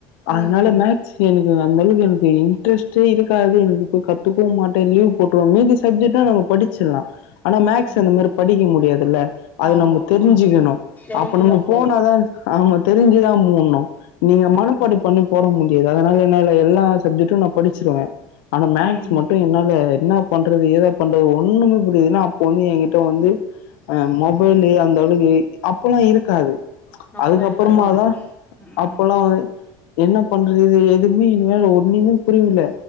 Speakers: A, on the left (about 80°); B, on the left (about 15°).
A: அதுனால
B: ம் ம்
A: மேக்ஸு என க்கு அந்தளவுக் என க்கு இன்ட்ரெஸ்ட்டே இருக்காது எனக்கு கத்துக்கவு மாட்டே லீவ் போட்ருவே மீதி சப்ஜெக்ட்னா நம்ம படிச்சிர்லா ஆனா மேக்ஸ்
B: ம்
A: அந்த மாரி படிக்க மு துல்ல அது
B: ஆமா
A: நம்ம
B: ஆமா
A: தெரிஞ்சுகனு
B: தெரிஞ்சுதா
A: அப்ப நம்ம
B: போடணு
A: போனாதா ஆமா தெரிஞ்சிதா போட்னு நீங்க
B: ம்
A: மனப்பாட பண்ணி போட மு டியது அதுனால என்னால எல்லா சப்ஜக்டு நா படிச்சிருவே ஆனா மேக்ஸ்
B: ம்
A: மட்டு என்னால என்னா பண்றது ஏதா பண்றது ஒன்னுமே புரியது ஏன்னா அப்ப வந்து எங்கிட்ட வந்து அ மொபைலு அந்த அளக்கு அப்பல்லா இருக்காது
B: அப்பல்லா
A: அதுக்கப்புறமாதா
B: இருக்காதாமா ம்
A: அப்பல்லா வந்து என்ன பண்றது இது எதும்மே <unintelligible> ஒ ன்னுமே புரில